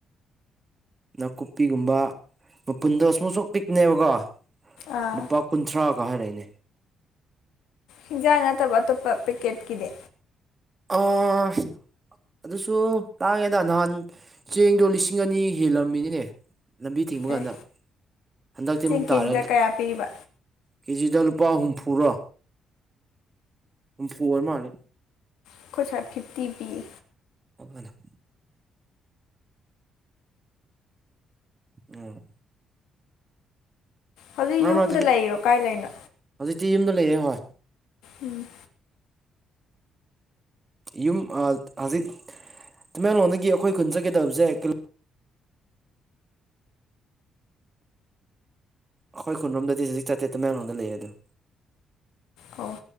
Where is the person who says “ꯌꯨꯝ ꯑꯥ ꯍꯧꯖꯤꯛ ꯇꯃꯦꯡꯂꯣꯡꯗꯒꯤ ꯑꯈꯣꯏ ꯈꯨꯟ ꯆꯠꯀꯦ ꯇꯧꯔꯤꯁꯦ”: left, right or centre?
Right